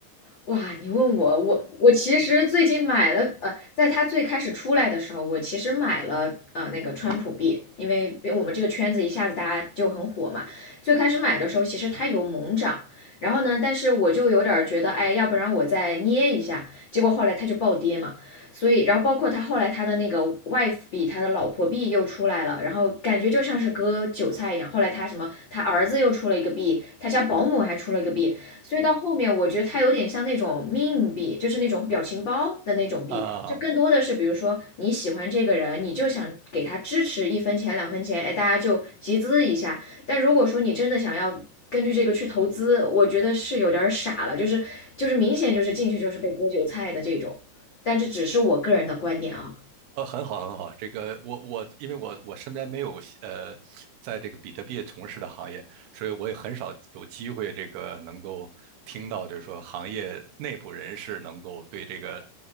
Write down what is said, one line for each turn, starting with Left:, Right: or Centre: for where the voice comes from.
Left: 哇，你问我，我我其实最近买了，呃，在它最开始出来的时候，我其实买了呃那个川普币，因为因为我们这个圈子一下子大家就很火嘛。最开始买的时候，其实它有猛涨，然后呢，但是我就有点儿觉得，哎，要不然我再捏一下，结果后来它就暴跌嘛。所以，然后包括它后来它的那个 wife 币，它的老婆币又出来了，然后感觉就像是割韭菜一样。后来它什么，他儿子又出了一个币，他家保姆还出了一个币，所以到后面我觉得它有点像那种 meme 币，就是那种表情包的那种币，
Right: 啊、
Left: 就更多的是比如说你喜欢这个人，你就想给他支持一分钱两分钱，哎，大家就集资一下。但如果说你真的想要根据这个去投资，我觉得是有点儿傻了，就是就是明显就是进去就是被割韭菜的这种。但这只是我个人的观点啊。
Right: 呃，很好，很好。这个我我，因为我我身边没有呃，在这个比特币从事的行业，所以我也很少有机会这个能够听到，就是说行业内部人士能够对这个